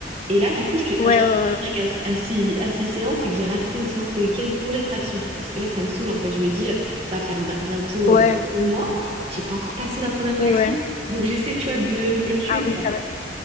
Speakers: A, on the right (about 35°); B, on the left (about 40°).
A: Et là, du coup, je te- quand
B: Ouais,
A: je t'ai
B: ouais,
A: dit 5 à, à 6, à six séances, c'est que j'ai rajouté une séance le week-end pour les tractions. Parce que là, ça me saoule, en fait. Je me dis, euh, ça va faire ma- bientôt
B: ouais.
A: euh, oui,
B: Ouais.
A: deux mois. J'ai pas encore passé ma première traction.
B: Ouais.
A: Donc, j'essaie, tu vois, de me, de me tuer,
B: Ah
A: quoi.
B: oui, ça va.